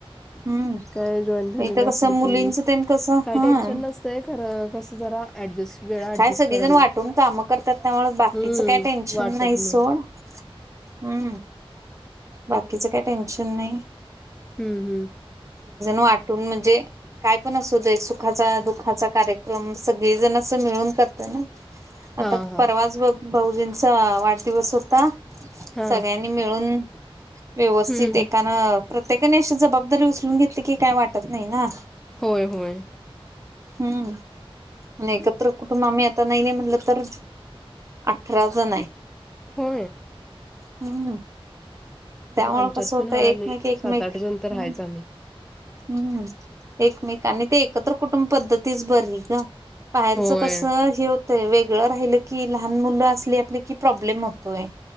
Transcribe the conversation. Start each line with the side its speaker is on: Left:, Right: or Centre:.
Right: हम्म
Centre: काय जॉईट फॅमिली
Right: इथं
Centre: असली
Right: कसं मुलींच
Centre: की
Right: तेन कसं
Centre: काय
Right: हा
Centre: टेन्शन नसतय खर कस जरा ऍडजस्ट वेळा ऍडजस्ट
Right: काय सगळीजण
Centre: करायला
Right: वाटून
Centre: लागत
Right: काम करतात त्यामुळे बाकीचं
Centre: हम्म
Right: काय टेन्शन
Centre: वाटत
Right: नाही सोड
Centre: ना
Right: हम्म बाकीचं काय टेन्शन नाही
Centre: हम्म हम्म
Right: वाटून म्हणजे का पण असा दुखा कार्यक्रम स अस मिळून करतय ना
Centre: हा,
Right: आता
Centre: हा.
Right: परवाच ब भाऊजींचा वाढदिवस होता
Centre: हा.
Right: सगळ्यांनी मिळून व्यवस्थित
Centre: हम्म, हम्म.
Right: एकानं प्रत्येकाने अशी जबाबदारी उचलून घेतली की काही वाटत नाही ना
Centre: हो हो
Right: हम्म आणि एकत्र कुटुंब आम्ही आता नाही नाही म्हण तर अठरा जण आहे
Centre: हो
Right: हं् त्यामु
Centre: आमच्यात
Right: कसं होतं
Centre: पण हाय
Right: एकमेक
Centre: आम्ही
Right: एकमेक
Centre: सात, आठ
Right: ह
Centre: जण तर हायच आम्ही.
Right: हम्म एकमेकांनी ते एकत्र कुटुंब पधती बरी ग बाहेरच
Centre: होय,
Right: कस हे होतय वेगळं राहि कि लहान मुलं असली आपले कि प्रॉब्लेम होतोय